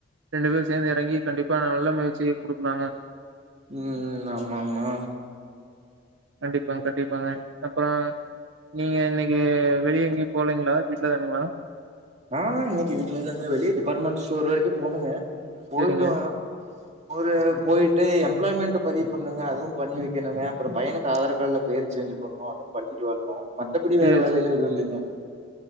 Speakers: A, on the right; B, on the right.
A: ரெண்டு பேரும் சேர்ந்து இறங்கி கண்டிப்பா ந நல்ல முயற்சிய கொடுக்களாங்க
B: ம் ம் நாமாமா
A: கண்டிப்பாங் கண்டிப்பாங்க ஆ நீங்க இன்னைக்கு வெளிய எங்கயு போலீங்களா வீட்டுலதானுங்களா
B: ஆ இன்னைக்கு வீட்டுலதாங்க வெளிய டிபார்ட்மெண்ட் ஸ்டோரு வரைக்கும் போனுங்க போயிட்டு
A: சரிங்க.
B: வரோ ஒரு போயிட்டு எம்ப்ளாய்மெண்ட் பதிவு பண்ணுங்க அதுவு பண்ணி வைக்கணுங்க அப்றம் பையனுக்கு ஆதார் கார்டுல பேர் சேஞ்ச் பண்ணணு அது பண்ணிட்டு வரணு மத்தபடி
A: சரி,
B: வேற வேலையிலாம் எதுவும் இல்லைங்க